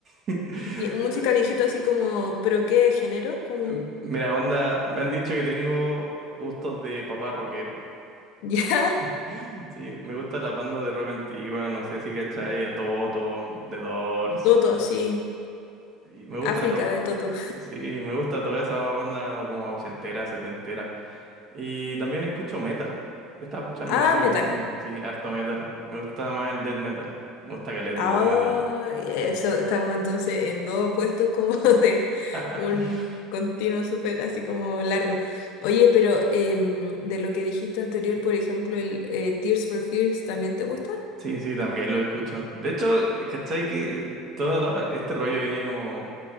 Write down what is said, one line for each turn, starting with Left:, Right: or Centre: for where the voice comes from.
Right: <laughs>
Left: vi- música
Right: Eh,
Left: viejito así como, ¿pero qué género? Como,
Right: m-
Left: <laughs>
Right: Mira, onda, me han dicho que tengo gustos de papá rockero.
Left: ¿ya?
Right: <laughs> Sí, me gustan las bandas de rock antigua, no sé si cachai, a Toto, The Doors.
Left: Toto, sí.
Right: Y me gusta
Left: África
Right: toda,
Left: de Toto.
Right: sí, me gusta toda esa onda como ochentera, setentera. Y también escucho metal. He estado escuchando
Left: Ah,
Right: últimamente,
Left: metal.
Right: sí, harto metal. Me gusta más el death metal. Me gusta caleta
Left: Ah,
Right: el death metal.
Left: eso, estamos entonces en dos opuestos como <laughs> de
Right: <laughs>
Left: un continuo súper así como largo. Oye, pero em, de lo que dijiste anterior, por ejemplo, el eh, Tears for Fears, ¿también te gusta?
Right: Sí, sí, también lo escucho. De hecho, ¿cachai? Que todo la- este rollo viene como